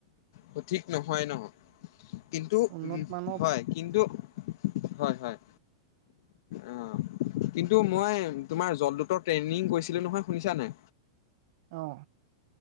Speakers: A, on the left; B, on the right.
A: ত, ঠিক নহয় নহ, কিন্তু
B: উন্নত
A: উম,
B: মানৰ
A: হয় কিন্তু হয়, হয়, অ', কিন্তু মই তোমাৰ জলদূতৰ ট্ৰেইনিং কৰিছিলো নহয় শুনিছা নে নাই,?
B: অহ,